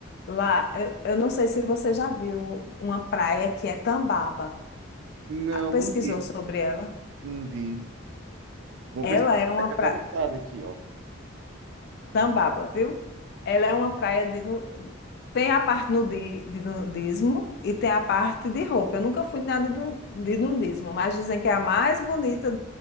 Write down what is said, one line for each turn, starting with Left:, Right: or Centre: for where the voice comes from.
Left: Lá, eu, eu não sei se você já viu uma praia que é Tambaba.
Right: Não,
Left: Ah, Pesquisou
Right: não vi,
Left: sobre ela?
Right: não vi. Vou
Left: Ela
Right: pesquisar,
Left: é uma
Right: vai ficar
Left: praia.
Right: anotado aqui, ó.
Left: Tambaba, viu? Ela é uma praia de. nu- Tem a parte nudi- de nudismo e tem a parte de roupa. Eu nunca fui nada de, nu- de nudismo, mas dizem que é a mais bonita,